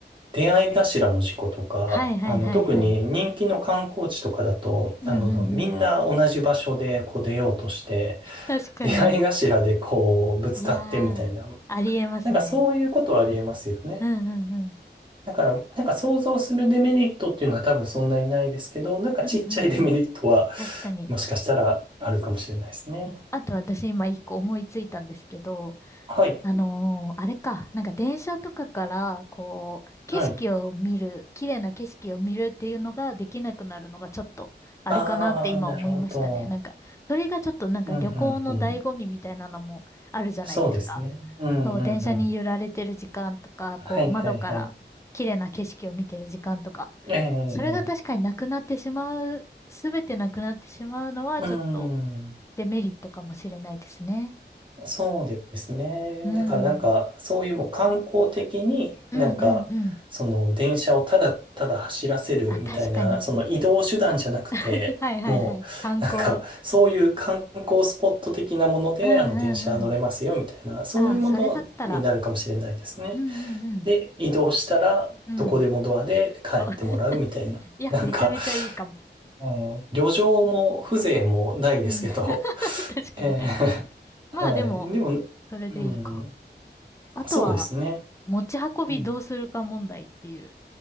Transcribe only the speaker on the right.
出会い頭の事故とか、
あの、特に人気の観光地とかだと、
あの、みんな同じ場所でこう出ようとして、
出会い頭でこう、ぶつかってみたいな、
なんかそういうことはありえますよね。
だから、なんか想像するデメリットっていうのは多分そんなにないですけど、なんかちっちゃいデメリットは、
もしかしたらあるかもしれないですね。
はい。
はい。
ああ、なるほど。
うん、うん、うん。そうですね。うんうんうん。
はいはいはい。
ええ、
ええ
うん。
そうですね。
だからなんか、そういうもう観光的に、
なんか、その電車をただただ走らせるみたいな、
その移動手段じゃなくて、
もう、
なんか、そういう観光スポット的なもので、
あの、電車乗れますよみたいな、そういうものになるかもしれないですね。
で、移動したら、
どこでもドアで帰ってもらうみたいな。
なんか、
もう旅情も風情もないですけど、
<laughs>
えー <laughs>
はい。でも、
うん、
そうですね。
うん。